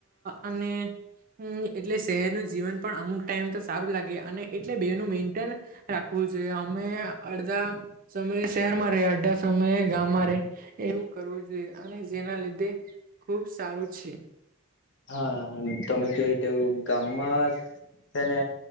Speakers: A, on the right; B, on the left.
A: અને એટલે શહેર નું જીવન પણ તેમ તો સારું લાગે એટલે બે મેન રાખવું જોઈએ અમે અડધા શહેર માં રે અધડા સમયે ગામમાં રે એવું કરવું જોઈએ અને જેના લીધે ખુબ સારું છે
B: હા તમે ક રીતે ગામમાં તેને